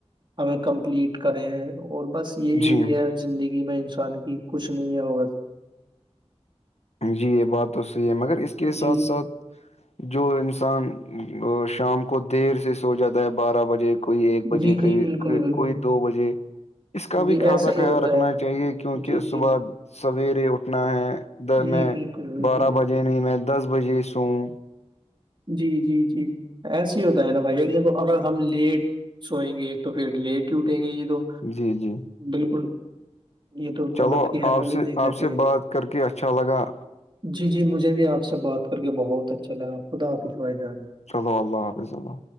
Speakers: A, on the right; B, on the left.
A: ہمیں کمپلیٹ کریں اور بس یہی
B: جی
A: ہے زندگی میں انسان کی کچھ نہیں ہے وہ بس
B: جی یہ بات تو صحیح ہے مگر اس کے
A: جی
B: ساتھ ساتھ جو انسان شام کو دیر سے ہو جاتا ہے بارہ بجے کوئی ایک بجے
A: جی
B: کوئی
A: جی بالکل بالکل
B: کوئی دو بجے اس کا بھی
A: جی
B: خاصا
A: ایسا ہی
B: خیال
A: ہوتا
B: رکھنا
A: ہے
B: چاہیے کیونکہ
A: جی جی
B: صبح سویرے اٹھنا ہے ادھر
A: جی
B: میں
A: بالکل بالکل
B: بارہ بجے نہیں میں دس بجے سووں
A: جی جی جی جی ایس ہی ہوتا ہے نا بھائی دیکھو اگر ہم لیٹ سوئیں گے تو پھر لیٹ ہی اٹھیں گے یہ دو
B: جی جی
A: بالکل یہ تو
B: چلو
A: مطلب کہ یہاں
B: آپ
A: پہ بھی
B: سے
A: دیکھنا
B: آپ
A: چاہیے
B: سے بات کر کے اچھا لگا
A: جی جی مجھے بھی آپ سے بات کر کے بہت اچھا لگا خدا حاپظ بھائی جان
B: چلو اللہ حافظ اللہ